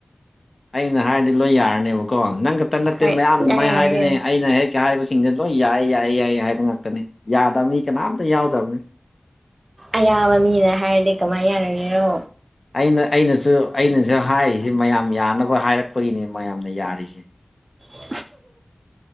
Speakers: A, on the left (about 60°); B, on the right (about 60°).
A: ꯑꯩꯅ ꯍꯥꯏꯔꯗꯤ ꯂꯣꯏ ꯌꯥꯔꯅꯦꯕꯀꯣ ꯅꯪ ꯈꯛꯇ ꯅꯠꯇꯦ
B: ꯍꯣꯏ
A: ꯃꯌꯥꯝ
B: ꯏꯌꯥ
A: ꯑꯗꯨꯃꯥꯏꯅ
B: ꯌꯥꯔꯦ
A: ꯍꯥꯏꯕꯅꯦ
B: ꯀꯩꯅꯣ
A: ꯑꯩꯅ ꯍꯦꯛ ꯀꯍꯥꯏꯕꯁꯤꯡꯁ ꯂꯣꯏ ꯌꯥꯏ ꯌꯥꯏ ꯌꯥꯏ ꯍꯥꯏꯕ ꯉꯥꯛꯇꯅꯤ ꯌꯥꯗꯕ ꯃꯤ ꯀꯅꯥꯝꯇ ꯌꯥꯎꯗꯝꯅꯤ
B: ꯑꯌꯥꯕ ꯃꯤꯅ ꯍꯥꯏꯔꯗꯤ ꯀꯃꯥꯏꯅ ꯌꯥꯔꯒꯦꯔꯣ
A: ꯑꯩꯅ ꯑꯩꯅꯁꯨ ꯑꯩꯅꯁꯨ ꯍꯥꯏꯔꯤꯁꯤ ꯃꯌꯥꯝ ꯌꯥꯅꯕ ꯍꯥꯏꯔꯛꯄꯒꯤꯅꯤ ꯃꯌꯥꯝꯅ ꯌꯥꯔꯤꯁꯤ
B: <unintelligible>